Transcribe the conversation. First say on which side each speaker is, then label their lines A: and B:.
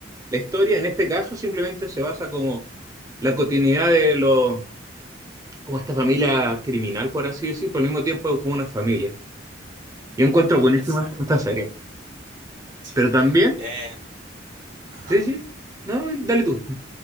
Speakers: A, on the right; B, on the right.
A: la historia. En este caso simplemente se basa como la continuidad de lo, como esta familia criminal, por así decir, pero al mismo tiempo es como una familia. Yo encuentro buenísima
B: exacto,
A: esta serie.
B: sí.
A: Pero también,
B: Eh, ajá.
A: sí, sí, no, dale tú.